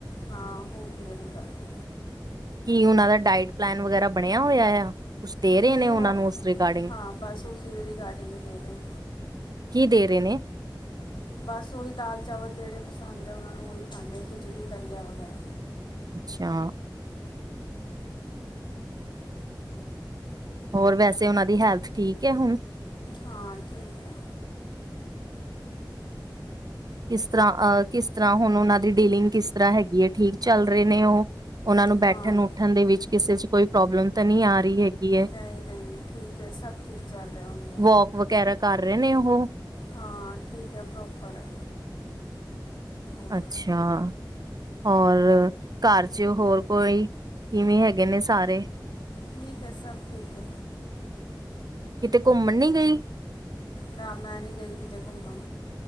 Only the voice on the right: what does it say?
ਕੀ ਉਨਾਂ ਦਾ ਡਾਇਟ ਪਲੈਨ ਵਗੈਰਾ ਬਣਿਆ ਹੋਇਆ ਆ? ਕੁਛ ਦੇ ਰਹੇ
ਨੇ ਉਹਨਾਂ
ਨੂੰ ਉਸ ਰਿਗਾਰਡਿੰਗ
ਕੀ ਦੇ ਰਹੇ ਨੇ?
ਅੱਛਾ। ਹੋਰ ਵੈਸੇ, ਉਹਨਾਂ ਦੀ ਹੈਲਥ ਠੀਕ ਹੈ ਹੁਣ?
ਕਿਸ ਤਰ੍ਹਾਂ ਕਿਸ ਤਰ੍ਹਾਂ ਹੁਣ ਉਹਨਾਂ ਦੀ ਡੀਲਿੰਗ ਕਿਸ ਤਰ੍ਹਾਂ ਹੈਗੀ ਹੈ ਠੀਕ ਚੱਲ ਰਹੇ ਨੇ ਉਹ। ਉਹਨਾਂ ਨੂੰ ਬੈਠਣ
ਉੱਠਣ ਦੇ ਵਿੱਚ ਕਿਸੇ ਚ ਕੋਈ ਪ੍ਰੋਬਲਮ ਤਾਂ ਨਹੀਂ ਆ ਰਹੀ ਹੈਗੀ। ਹੈ
ਵੋਕ ਵਗੈਰਾ ਕਰ ਰਹੇ ਨੇ ਉਹ?
ਅੱਛਾ ਹੋਰ। ਘਰ ਚ ਹੋਰ ਕੋਈ ਕਿਵੇਂ ਹੈਗੇ ਨੇ ਸਾਰੇ?
ਕਿਤੇ ਘੁੰਮਣ ਨਹੀ ਗਈ?